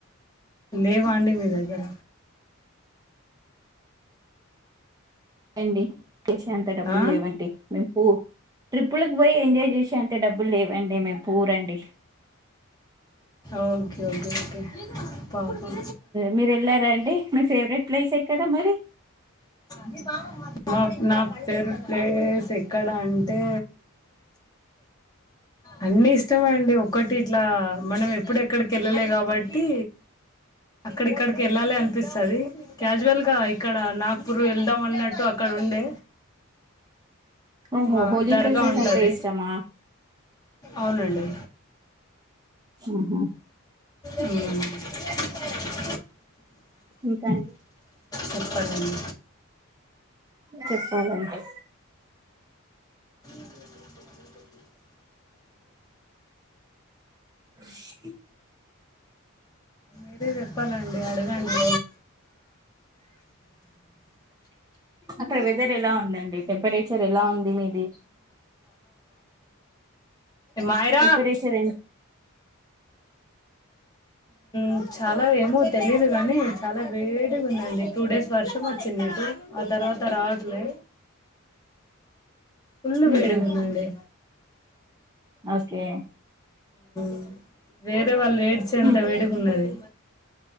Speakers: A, on the left (about 20°); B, on the right (about 20°).
A: లేవాండి మీ దగ్గర
B: <unintelligible> చేసేంత డబ్బులు
A: ఆ
B: లేవండి మే ట్రిప్పులకి పోయి ఎంజాయ్ చేసే అంత డబ్బులు లేవండి మేము పూరండి
A: ఓకే ఓకే ఓకే పాపం
B: మీరు వెళ్ళారా అండి మీ ఫేవరెట్ ప్లేస్ ఎక్కడ మరి
A: మేం బా మా నా పేవరెట్ ప్లేస్ ఎక్కడా అంటే అన్ని ఇష్టమే అండి ఒక్కటి ఇట్లా మనం ఎప్పుడు ఎక్కడికి వెళ్ళలే కాబట్టి అక్కడిక్కడికి వెళ్ళాలి అనిపిస్తుది క్యాజువల్ గా ఇక్కడ నాగ్పూర్ వెళ్దాం అన్నట్టు <unintelligible> ఉండే
B: ఓహో
A: మా
B: హోలీ
A: దర్గ
B: ప్లేసెస్
A: ఉంటది
B: అంటే ఇష్టమా
A: అవునండి
B: ఆహా
A: ఉ
B: ఇంకా అండి
A: చెప్పాలండి
B: చెప్పాలంటే
A: <unintelligible>
B: <unintelligible>
A: మీరే చెప్పాలండి అడగండి
B: అక్కడ వెదర్ ఎలా ఉందండి టెంపరేచర్ ఎలా ఉంది మీది
A: మాయ్ర
B: టెంపరేచర్ ఎ
A: ఉ చాల ఏమో తెలీదు గానీ చాల వేడిగా ఉందండి టూ డేస్ వర్షం వచ్చిందిటు ఆ తర్వాత రా ట్లే ఫుల్ వేడిగుందండి
B: ఉహు ఓకే
A: మ్ వేరే వాళ్ళు ఏడ్చే అంత
B: ఉమ్.
A: వేడిగున్నది